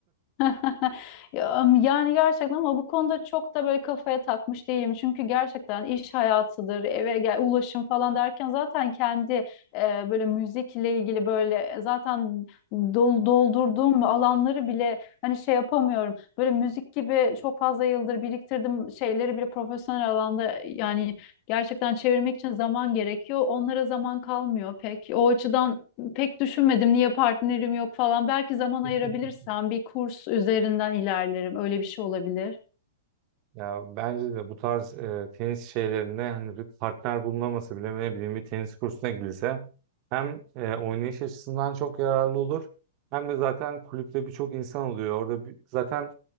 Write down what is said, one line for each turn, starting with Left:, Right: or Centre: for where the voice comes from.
Left: <laughs> Ya, Yani gerçekten ama bu konuda çok da böyle kafaya takmış değilim. Çünkü gerçekten iş hayatıdır, eve gel, ulaşım falan derken zaten kendi e, böyle müzikle ilgili böyle e, zaten dol, doldurduğum alanları bile hani şey yapamıyorum. Böyle müzik gibi çok fazla yıldır biriktirdim şeyleri bile profesyonel alanda yani gerçekten çevirmek için zaman gerekiyor. Onlara zaman kalmıyor pek. O açıdan pek düşünmedim niye partnerim yok falan. Belki zaman
Right: <laughs>
Left: ayırabilirsem bir kurs üzerinden ilerlerim. Öyle bir şey olabilir.
Right: Ya bence de bu tarz e, tenis şeylerinde hani bir partner bulunaması bile ne bileyim bir tenis kursuna gidilse hem e, oynayış açısından çok yararlı olur hem de zaten kulüpte birçok insan oluyor. Orada bir- zaten